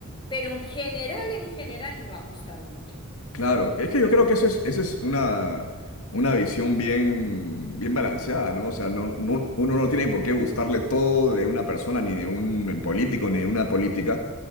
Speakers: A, on the left; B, on the left.
A: Pero en general, en general, no ha gustado mucho.
B: Claro, es que yo creo que eso es, eso es una, una visión bien, bien balanceada, ¿no? O sea, no, no- uno no tiene por qué gustarle todo de una persona, ni de un político, ni de una política,